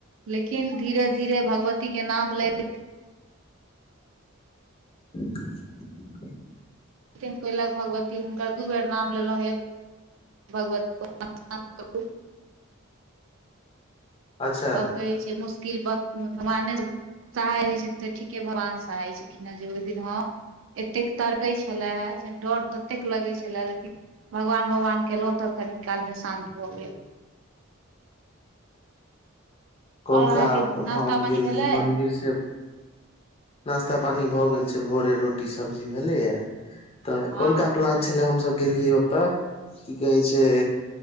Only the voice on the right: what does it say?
लेकिन धीरे धीरे भगवतीके नाम लैत
दिन कयलक भगवती हुनकर दू बेर नाम लेलौ ए भगवती करू
तब कहै छियै मुस किल वक्त मे भगवाने सब सहाय हय छै तऽ ठीके भगवान सहाय छलिन हे जे ओय दिन हां एतेक तड़कै छले हे डर ततेक लगै छलए लेकिन भगवान भगवान केलौ तऽ कनी कालमे शान्त भऽ गेल।
और अहाँके नास्ता
पानी
भेलै
हँ